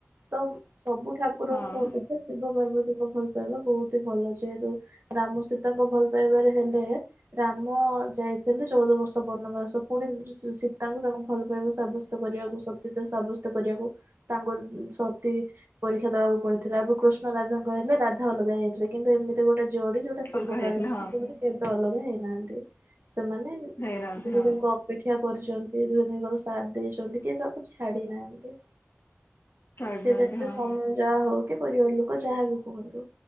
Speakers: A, on the right; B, on the left.
A: ତ ସବୁ ଠାକୁରଙ୍କ
B: ହଁ
A: ଗେ ଏ ଶିବ ପାର୍ବତୀଙ୍କ ଭଲ ପାଇବା ବହୁତ ଭଲ ଯେହେତୁ ରାମ ସୀତାଙ୍କ ଭଲ ପାଇବାରେ ହେଲେ ରାମ ଯାଇଥିଲେ ଚଉଦ ବର୍ଷ ବନବାସ ପୁଣି ସୀତାଙ୍କୁ ତାଙ୍କୁ ଭଲ ପାଇବା ଶା ତ କରିବାକୁ ସତତ ସାବ୍ୟସ୍ତ କରିବାକୁ ତାଙ୍କୁ ସତୀବି ପରୀକ୍ଷା ଦବାକୁ ପଡିଥିଲା ଏବଂ କୃଷ୍ଣ ରାଧା କହିଲେ ରାଧା ଅଲଗା ହୋଇଥିଲେ କିନ୍ତୁ ଏମିତି ଗୋଟେ ଜଡ଼ି ଯୋଉଟା ଶିବ
B: ଅଲଗା ହେଇଯାଇଥିଲା
A: ପାର୍ବତୀଙ୍କର
B: ହଁ
A: କେବେ ଅଲଗା ହେଇନାହାନ୍ତି ସେମାନେ ଦୁହିଁଦୁହିଁଙ୍କୁ
B: ହେଇନାହାନ୍ତି ହଁ
A: ଅପେକ୍ଷା ଶିକ୍ା <unintelligible> କରିଚନ୍ତି ଦୁଇେ ଦୁଙ୍କର ସାଥ ଦେଇଛନ୍ତି କିଏ କାହାକୁ ଛାଡ଼ି ନାହାନ୍ତି।
B: ଛାଡିନାହାନ୍ତି
A: ସେଯେତେ
B: ହଁ
A: ସମୟ ଯାହା ହଉକି ପରିବାର ଲୋକ ଯାହାବି କୁହନ୍ତୁ